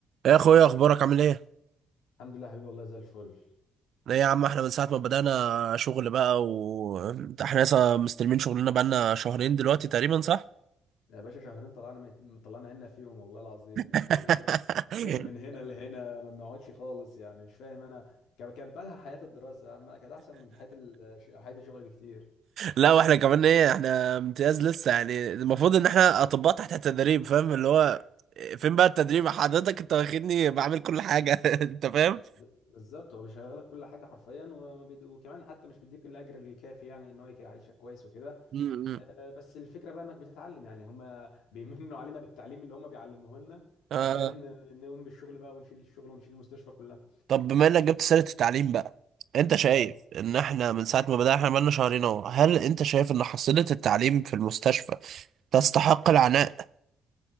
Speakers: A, on the right; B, on the left.
A: إيه يا اخويا اخبارك عامل ايه
B: الحمد لله حبيبي والله زي الفل
A: ايه يا عم احنا من ساعه ما بدانا شغل بقى و احنا لسه مستلمين شغلنا بقالنا شهرين دلوقتي تقريبا صح
B: يا باشا شهرين طلعنا ميت- طلعنا عنا فيهم والله العظيم
A: <laughs>
B: يعني <laughs> من هنا لهنا ما بنقعدش خالص يعني مش فاهم انا كان كان بالها حياة الدراسة اما كانت احسن من حياة ال- ش- حياة الشغل بكتير
A: لا واحنا كمان ايه احنا امتياز لسه يعني المفروض ان احنا اطباء تحت التدريب فاهم اللي هو فين بقى التدريب حضرتك انت واخدني بعمل كل حاجه <laughs> انت فاهم
B: ب- بالظبط هو بيشغلك كل حاجة حرفيا وما بيد... وكمان حتى مش بيديك الاجر الكافي يعني ان هو يك- يعيشك كويس وكده
A: م- م.
B: آه، بس الفكرة بقى انك بتتعلم يعني هما بيمنوا علينا بالتعليم اللي هما بيعلموه لنا
A: اه
B: عشان آه، نقوم بالشغل بقى ونشيل الشغل ونشيل المستشفى كلها
A: طب بما انك جبت سيرة التعليم بقى انت شايف
B: اه
A: ان احنا من ساعة ما بدأنا احنا بقالنا شهرين اهو هل انت شايف ان حصيلة التعليم في المستشفى تستحق العناء؟